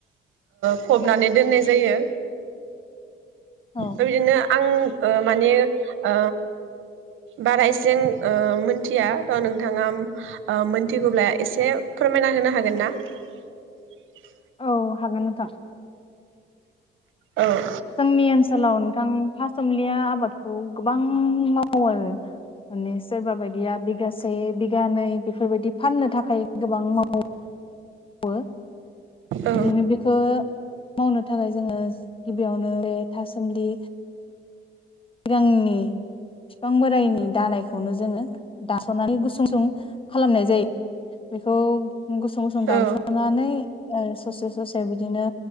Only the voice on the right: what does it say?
फबनानै दोननाय जायो
ओरैनो आं ओ माने ओ बारा एसें ओ मोनथिया थ नोंथाङा ओ मोनथिगौब्ला एसे फोरमायना होनो हागोन हागोन ना
औ
औ
औ